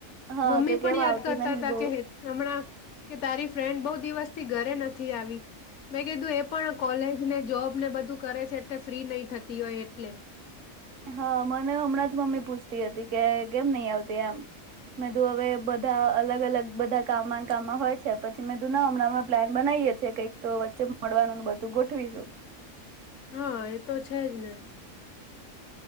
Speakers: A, on the right; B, on the left.
A: હા
B: મમ્મી
A: કે
B: પણ
A: કેમ
B: યાદ
A: આવતી
B: કરતા
A: નહીં
B: હતા
A: બહુ
B: કે હમણાં કે તારી ફ્રેન્ડ બહ દિવસ પી ઘરે નથી આવી મેં કીધું એ પણ કોલેજ ને જોબ તમને બધું કરે છે એટલે ફ્રી નહી થતી હોય એટલે
A: હા મને હમણાં જ મમ્મી પૂછતી હતી કે કેમ નહીિ આવતી એમ મેં તું હવે બધા અલગ અલગ બધા કામ કામમાં હોય છે પછી મેં તું ના હમણાં પ્લાન બનાવીએ છી કઈક તો વચ્ચે મળવાનું બધું ગોઠવીશું
B: હા એતો છેજ ને